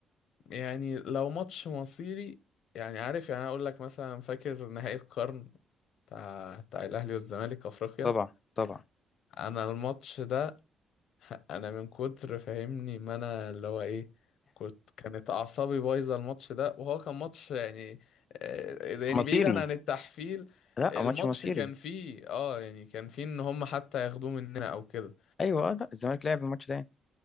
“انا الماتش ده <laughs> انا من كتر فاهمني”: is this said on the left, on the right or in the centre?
Left